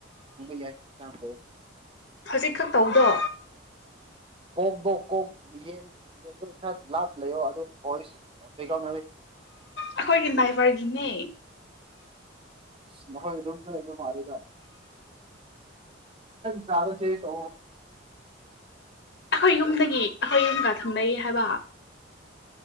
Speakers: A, on the right; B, on the left.
A: ꯐꯪꯕ ꯌꯥꯏ ꯈꯨ ꯆ ꯇꯧꯦ
B: ꯐꯖꯤꯛꯈꯛ ꯇꯧꯕꯗꯣ
A: ꯀꯣꯛꯗꯣ ꯀꯣꯛ ꯌꯦꯟ ꯌꯦꯟꯗꯣ ꯂꯥ ꯂꯩꯑꯣ ꯑꯗꯨꯚ ꯦꯥꯝ
B: ꯑꯩꯈꯣꯏꯒꯤ ꯗ꯭ꯔꯥꯏꯚꯔꯒꯤꯅꯦ
A: ꯅꯉꯣ ꯃꯥꯔꯦ ꯀꯥꯗ ꯆꯩꯦ ꯁ
B: ꯑꯩꯈꯣꯏ ꯌꯨꯝꯗꯒꯤ ꯑꯩꯈꯣꯏ ꯌꯨꯝꯒ ꯊꯝꯅꯩ ꯍꯥꯏꯕ